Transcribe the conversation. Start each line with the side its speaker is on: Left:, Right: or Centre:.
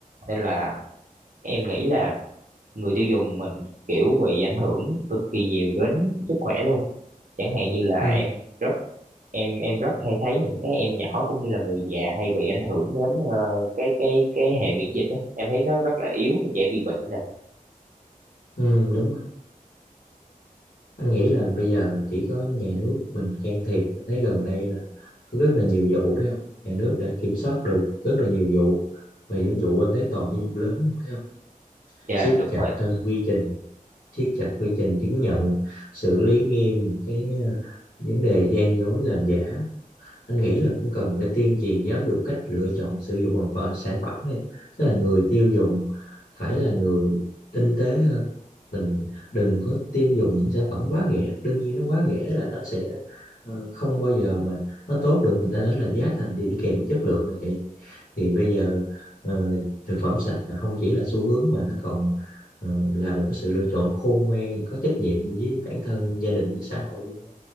Right: nên là em nghĩ là người tiêu dùng mình kiểu bị ảnh hưởng cực kỳ nhiều đến sức khỏe luôn chẳng hạn như là
Left: ừ,
Right: em rất em em rất hay thấy những cái em nhỏ cũng như là người già hay bị ảnh hưởng đến ờ, cái cái cái hệ miễn dịch đó. em thấy nó rất là yếu dễ bị bệnh nè
Left: ừ, đúng rồi. Anh nghĩ là bây giờ chỉ có nhà nước mình can thiệp, Anh thấy gần đây là có rất là nhiều vụ đấy không? Nhà nước đã kiểm soát được rất là nhiều vụ, và những vụ anh thấy toàn những vụ lớn không thấy không?
Right: dạ
Left: Siết
Right: đúng
Left: chặt
Right: rồi
Left: ờ, quy trình, siết chặt quy trình chứng nhận, xử lý nghiêm những cái ờ, vấn đề gian dối làm giả anh nghĩ là cũng cần phải tuyên truyền giáo dục cách lựa chọn sử dụng một pho- sản phẩm em tức là người tiêu dùng phải là người tinh tế hơn mình đừng có tiêu dùng những sản phẩm quá rẻ đương nhiên nó quá rẻ là nó sẽ ờ, không bao giờ mà nó tốt được người ta nói là giá thành đi kèm với chất lượng là vậy thì bây giờ ờ, thực phẩm sạch là không chỉ là xu hướng mà nó còn ờ, là một cái sự lựa chọn khôn ngoan có trách nhiệm với bản thân gia đình với xã hội luôn